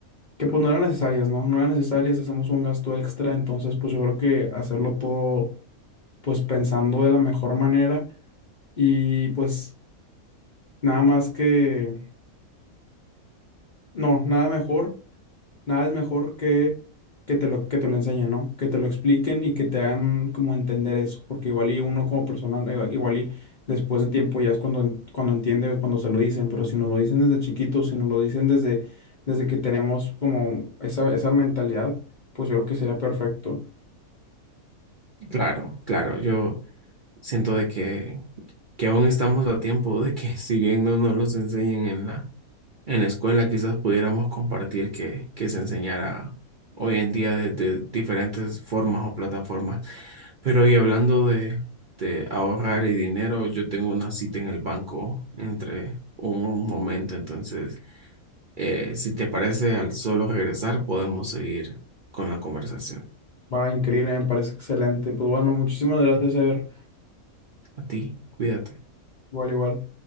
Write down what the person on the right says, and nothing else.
Claro, claro, yo siento de que que aún estamos a tiempo de que <laughs> si bien no nos los enseñen en la, en la escuela, quizás pudiéramos compartir que, que se enseñara hoy en día de, de diferentes formas o plataformas. Pero y hablando de, de ahorrar y dinero, yo tengo una cita en el banco entre un momento, entonces, eh, si te parece, al solo regresar podemos seguir con la conversación.
A ti, cuídate.